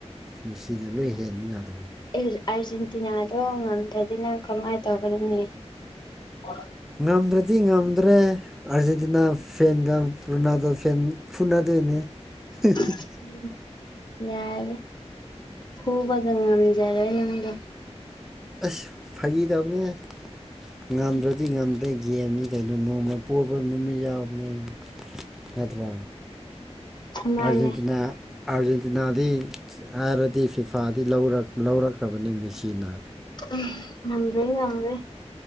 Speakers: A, in the centre; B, on the left.
A: ꯃꯦꯁꯤꯅ ꯂꯣꯏ ꯍꯦꯟꯕ ꯉꯥꯛꯇꯅꯤ
B: ꯑꯦ ꯑꯥꯔꯖꯦꯟꯇꯤꯅꯥꯗꯣ ꯉꯝꯗ꯭ꯔꯗꯤ ꯅꯪ ꯀꯃꯥꯏꯟ ꯇꯧꯒꯅꯤ <unintelligible>
A: ꯉꯝꯗ꯭ꯔꯗꯤ ꯉꯝꯗ꯭ꯔꯦ ꯑꯥꯔꯖꯦꯟꯇꯤꯅꯥ ꯐꯦꯟꯒ ꯔꯣꯅꯥꯜꯗꯣ ꯐꯦꯟ ꯐꯨꯅꯗ <unintelligible>
B: <unintelligible> <unintelligible>
A: ꯑ꯭ꯁ ꯐꯥꯒꯤ ꯇꯧꯕꯅꯦꯍꯦ ꯉꯝꯗ꯭ꯔꯗꯤ ꯉꯝꯗ꯭ꯔꯦ ꯒꯦꯝꯅꯤ ꯀꯩꯅꯣ ꯅꯣꯡꯃ ꯄꯣꯕ ꯅꯨꯃꯤꯠ ꯌꯥꯎ <unintelligible> ꯅꯠꯇ꯭ꯔꯣ
B: ꯃꯥꯅꯦ
A: ꯑ꯭ꯔꯖꯦꯟꯇꯤꯅꯥ ꯑ꯭ꯔꯖꯦꯟꯇꯤꯅꯥꯗꯤ ꯑꯥꯔ ꯗꯤ ꯐꯤꯐꯥꯗꯤ ꯂꯧꯔꯛ ꯂꯧꯔꯛꯈ꯭ꯔꯕꯅꯦ ꯃꯤꯁꯤꯅ
B: ꯎꯝ ꯉꯝꯗ꯭ꯔꯦ ꯉꯝꯗ꯭ꯔꯦ